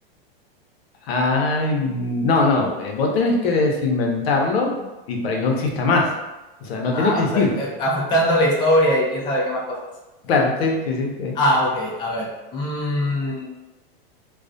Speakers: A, on the left; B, on the left.
A: Ay, no, no, eh, vos tenés que desinventarlo y para que no exista más. O sea, no tiene
B: Ah,
A: que existir.
B: o sea, eh, afectando la historia y quién sabe qué más cosas.
A: Claro, sí, sí, sí. eh.
B: Ah, ok, a ver. Mm,